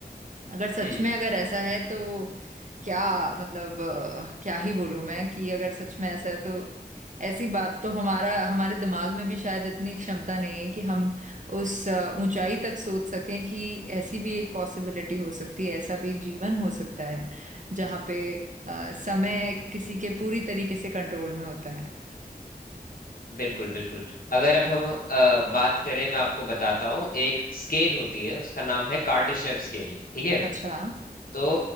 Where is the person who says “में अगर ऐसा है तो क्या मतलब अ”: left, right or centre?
Right